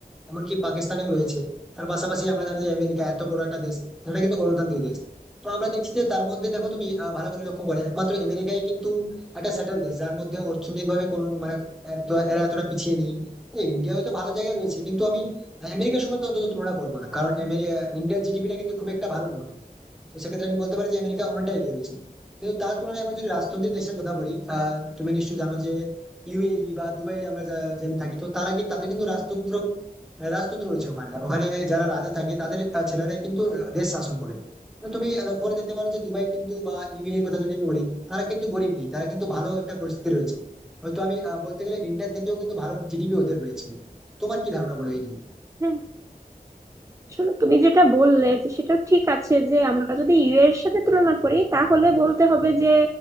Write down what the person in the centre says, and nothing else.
এমনকি পাকিস্তানেও রয়েছে তার পাশাপাশি আমরা জানি যে আমেরিকা এত বড় একটা দেশ সেটা কিন্তু গণতান্ত্রিক দেশ তো আমরা দেখছি যে তার মধ্যে দেখো তুমি আহ, ভালো করে লক্ষ্য করে একমাত্র আমেরিকাই কিন্তু একটা সেটেল দেশ যার মধ্যে অর্থনৈতিকভাবে কোনো মানে এত- এরা এতটা পিছিয়ে নেই ইন্ডিয়া হয়তো ভালো জায়গায় রয়েছে কিন্তু আমি মানে আমেরিকার সঙ্গে তো অন্তত তুলনা করবো না কারণ আমেরি- ইন্ডিয়ার জিডিপিটা কিন্তু খুব একটা ভালো নয় তো সেক্ষেত্রে আমি বলতে পারি যে আমেরিকা অনেকটা এগিয়ে রয়েছে কিন্তু তার তুলনায় আমরা যদি রাজতন্ত্রের দেশের কথা বলি আহ, তুমি নিশ্চয়ই জানো যে ইউএই বা দুবাই আমরা যা- জেনে থাকি তো তারা কি তাদের কিন্তু রাজতন্ত্র আহ, রাজতন্ত্র রয়েছে ওখানে আর ওখানে যারা রাজা থাকে তাদের আহ, ছেলেরাই কিন্তু দেশ শাসন করে কিন্তু তুমি লক্ষ্য করে দেখতে পারো যে দুবাই কিন্তু বা ইউএই এর কথা যদি আমি বলি তারা কিন্তু গরিব নেই তারা কিন্তু ভালো একটা পরিস্থিতি রয়েছে হয়তো আমি আহ, বলতে গেলে ইন্ডিয়ার থেকেও কিন্তু ভালো জিডিপি ওদের রয়েছে তোমার কি ধারণা বলো এই নিয়ে